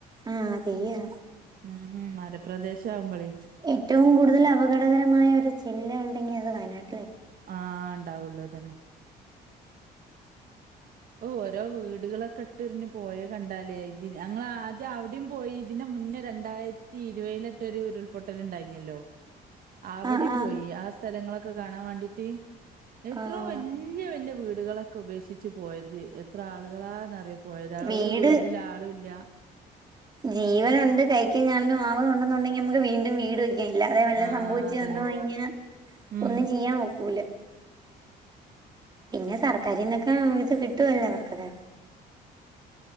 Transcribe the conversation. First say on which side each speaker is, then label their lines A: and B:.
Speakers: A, on the right (about 25°); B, on the right (about 60°).
A: ആ തീയാ
B: ഉം ഉം മലപ്രദേശം ആവുമ്പഴേ
A: ഏറ്റവും കൂടുതൽ അപകടകരമായ ഒരു ജില്ല ഉണ്ടെങ്കി അത് വയനാട
B: ആ ഉണ്ടാവുള്ളൂ അതന്നെ ഓഹ് ഓരോ വീടുകളൊക്കെ ഇട്ട് ഇറിഞ്ഞ് പോയ കണ്ടാലേ ഇത് ഞങ്ങളാദ്യം അവിടെയും പോയി ഇതിന് മുന്നേ രണ്ടായിരത്തി ഇരുപതിലൊരു മറ്റൊരു ഉരുൾപൊട്ടല് ഉണ്ടായീനല്ലോ അവിടെയും
A: ആഹ് ആഹ്
B: പോയി ആ സ് സ്ഥലങ്ങളൊക്കെ കാണാൻ വേണ്ടീട്ട് എത്രോ
A: ആഹ്
B: വല്യ വല്യ വീട് ടുകളൊക്കെ ഉപേക്ഷിച്ച് പോയത് എത്ര ആളുകളാന്നറിയോ പോയത് ആ
A: വീട്
B: ഒരു വീടില് ആളുവില്ല
A: ജീവനുണ്ട് കൈക്കും കാലിനും ആവതുണ്ടെന്നുണ്ടെങ്കി നമക്ക് വീണ്ടും വീട് വെയ്ക് ഇല്ലാതെ വല്ലതും
B: ആഹ്
A: സംഭവിച്ച്
B: അതന്നെ
A: വന്ന് കഴിഞ്ഞാ
B: ഉം
A: ഒന്നും ചെയ്യാനൊക്കൂല പിന്നെ സർക്കാരിന്നൊക്കെ ഇത് കിട്ടുവല്ലോ അവർക്കൊക്കെ